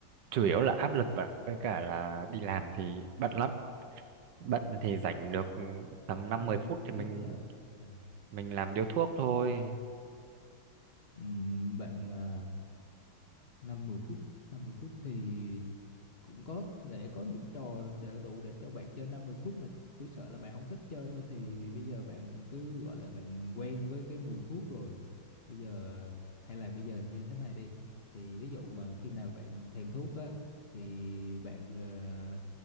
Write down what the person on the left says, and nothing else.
50
phút
là à,
là lại
Ừm, bạn à, 50 phút 50 phút thì cũng có thể có những trò để đủ để cho bạn chơi 50 phút mà tôi sợ là bạn không thích chơi thôi thì bây giờ bạn cứ gọi là bạn quen với cái mùi thuốc rồi bây giờ hay là bây giờ như thế này đi thì ví dụ mà khi nào bạn thèm thuốc á thì bạn ờ,